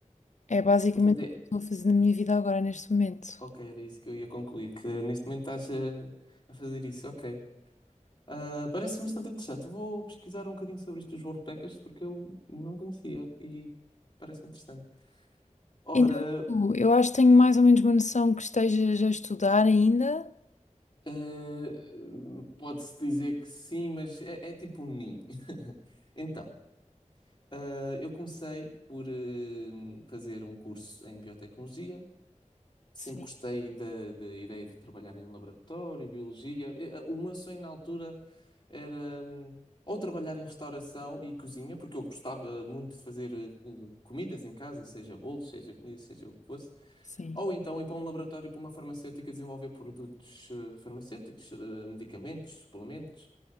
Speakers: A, on the left; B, on the left.
A: é basicamente
B: Portanto, é,
A: o que eu estou a fazer na minha vida agora, neste momento.
B: Ok, era isso que eu ia concluir, que neste momento estás a, a fazer isso, ok. Ah, parece-me bastante interessante. Eu vou pesquisar um bocadinho sobre isto dos World Packers porque eu não conhecia e parece-me interessante. Ora,
A: Então, e tu? eu acho que tenho mais ou menos uma noção que estejas a estudar ainda.
B: eh, pode-se dizer que sim, mas é, é tipo um ninho. <laughs> Então, ah, eu comecei por eh, fazer um curso em biotecnologia. Sempre
A: Sim,
B: gostei da da ideia de trabalhar em laboratório, biologia. Eh, eh, O meu sonho na altura era hum, ou trabalhar em restauração e cozinha, porque eu gostava muito de fazer eh, eh, comidas em casa, seja bolos, seja comida, seja o que fosse.
A: sim,
B: Ou então ir para um laboratório, para uma farmacêutica, desenvolver produtos eh, farmacêuticos, eh, medicamentos, suplementos.